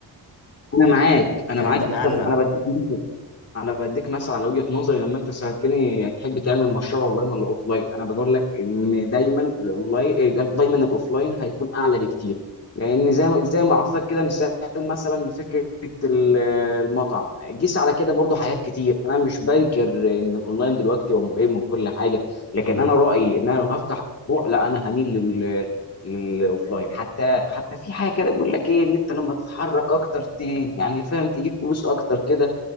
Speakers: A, on the left; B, on the left.
A: انا
B: آه،
A: معاك
B: يعني
A: انا
B: فهمت
A: معاك
B: اقلق
A: بس انا أنا بديك انا بديك مثلا على وجهه نظري لما انت سالتني تحب تعمل مشروع اونلاين ولا اوفلاين انا بقول لك ان دايما الاونلاين دايما الاوفلاين هيكون اعلى بكتير لان زي ما زي ما اعطيتك كده مثال مثلا لفكره ال- المطعم قيس على كده برضو حاجات كتير انا مش بنكر ان الاونلاين دلوقتي هو مهم وكل حاجه لكن
B: امم
A: انا رايي ان انا لو هفتح مشروع لا انا هميل لل للاوفلاين حتى حتى في حاجه كده بيقول لك ايه ان انت لما تتحرك اكتر ت- يعني فاهم تجيب فلوس اكتر كده